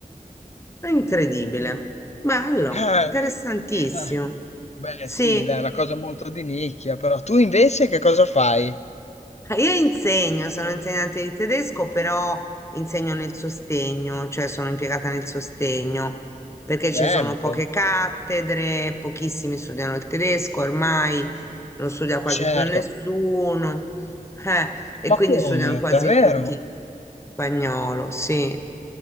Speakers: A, on the left; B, on the left.
A: È Incredibile. Bello,
B: <laughs>
A: interessantissimo.
B: Ah, Beh,
A: Sì,
B: sì, dai, è una cosa molto di nicchia, però tu invece che cosa fai?
A: Ah, Io insegno, sono insegnante di tedesco, però insegno nel sostegno, cioè sono impiegata nel sostegno, perché
B: Bello,
A: ci sono poche cattedre, pochissimi studiano il tedesco, ormai non studia quasi
B: certo.
A: più nessuno, eh, e
B: Ma
A: quindi
B: come?
A: studiano quasi
B: Davvero?
A: tutti spagnolo, sì.